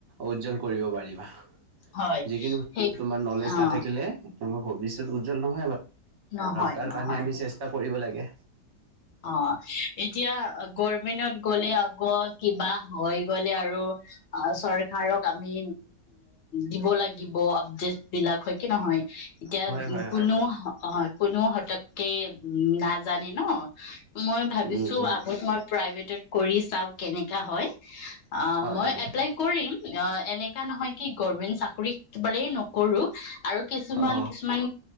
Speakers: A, on the right (about 60°); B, on the left (about 50°).
A: উজ্জ্বল কৰিব পাৰিবা।
B: হয়
A: যিকিনো
B: সেই
A: তোমাৰ নলেজ
B: অ
A: নাথাকিলে ভিবি উজ্জ্বল নহয়।
B: নহয়
A: তাৰ
B: নহয়
A: কাৰণে আমি চেষ্টা কৰোঁ। কৰিব লাগে।
B: অ এতিয়া গৰমেনত। ক'লে আ। কিবা হৈ গ'লে আৰু চৰকাৰক আমি দিব লাগিব আপডেট বিলাক হয় কি নহয়। এতিয়া
A: হয় হয়
B: কোনো
A: হয়।
B: অ। কোনো হতকে উ নাজানে ন। <unintelligible> মই ভাবিছোঁ
A: উম উম
B: আগত মই প্ৰাইভেট কৰি চাওঁ কেনেকা হয়। অ
A: হয়
B: মই
A: হয়
B: এপ্লাই কৰিম। অ এনেকা নহয় কি গভমেন্ট চাকৰি একেবাৰেই নকৰোঁ। আৰু কিছুমান
A: অ
B: কিছুমান